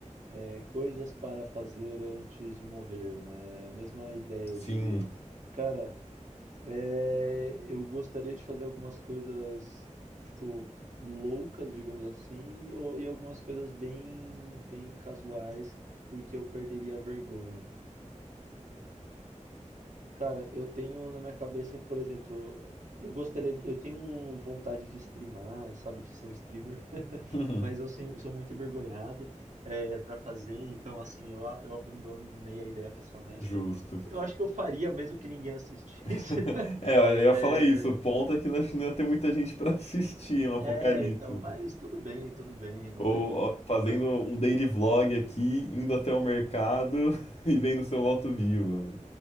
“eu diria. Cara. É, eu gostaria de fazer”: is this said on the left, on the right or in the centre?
Right